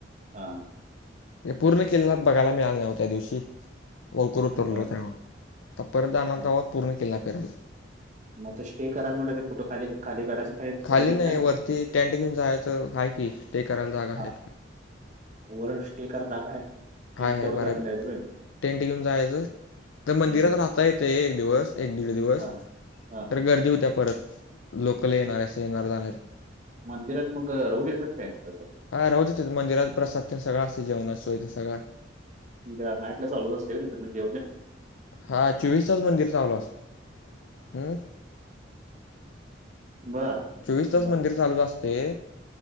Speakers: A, on the right; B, on the left.
A: हा हा
B: पूर्ण किल्ला बघायला मिळालं नाही ओ त्या दिवशी <unintelligible> उतरल
A: बर
B: <unintelligible> आता परत जाणार
A: हा
B: वा पूर्ण किल्ला फिरायला
A: मग आता स्टे करायचं म्हटलं ते कुठे खाली खाली गडाच्या तिथं
B: खाली
A: लगेच
B: नाही
A: आहे काय
B: वरती टेंट घेऊन जायचं आहे की स्टे करायला जागा आहे
A: हा <unintelligible> स्टे करायला जागा आहे <unintelligible> जायचं
B: आहे बऱ्यापैकी
A: होय
B: टेंट घेऊन जायचं तर मंदिरात
A: हम्म.
B: राहता येते एक दिवस एक दीड दिवस
A: हा हा हा
B: तर गर्दी होत्या परत लोकल येणारे असे येणार जाणारे
A: मंदिरात मग राहू देतात काय तसं
B: हा राहू देत्यात मंदिरात प्रसाद ते सगळं असते जेवणाची सोय सगळ
A: म्हणज नाईटला चालू असते <unintelligible>
B: हा चोवीस तास मंदिर चालू असतो हम
A: बर
B: चोवीस तास
A: बरोबर.
B: मंदिर चालूच आसतंय